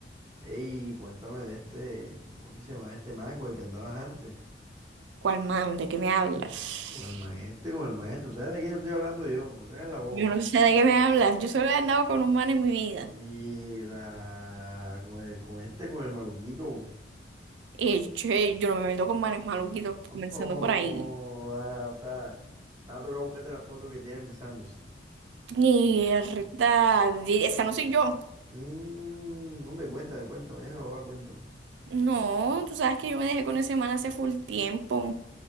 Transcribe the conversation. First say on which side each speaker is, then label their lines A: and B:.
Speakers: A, on the right; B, on the right.
A: ey, cuéntame de este, ¿cómo que se llama este man con el que andabas antes?
B: ¿Cuál man? ¿De qué me hablas?
A: Con el maestro, con el maestro. ¿Sabes de quién estoy hablando yo? No te hagas la boba.
B: Yo no sé de qué me hablas. Yo solo he andado con un man en mi vida.
A: Y la... Con el, con este, con el maluquito.
B: Y che, yo no me meto con manes maluquitos,
A: Ojo,
B: comenzando por ahí.
A: ah, o sea, me va a tocar buscarte la foto que tiene empezándose.
B: Mierda, di- esa no soy yo.
A: Mm, hombre, cuéntame, cuéntame, déjalo, va, cuéntame.
B: No, tú sabes que yo me dejé con ese man hace full tiempo.